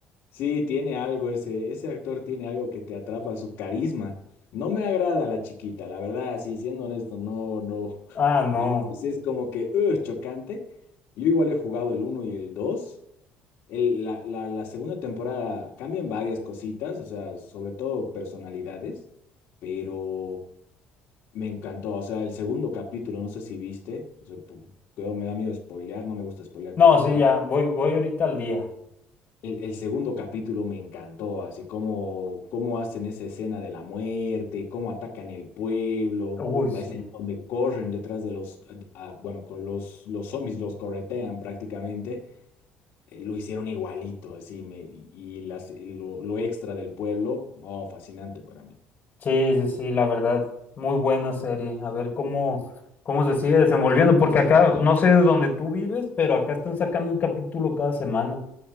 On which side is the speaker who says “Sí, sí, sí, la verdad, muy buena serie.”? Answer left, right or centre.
Left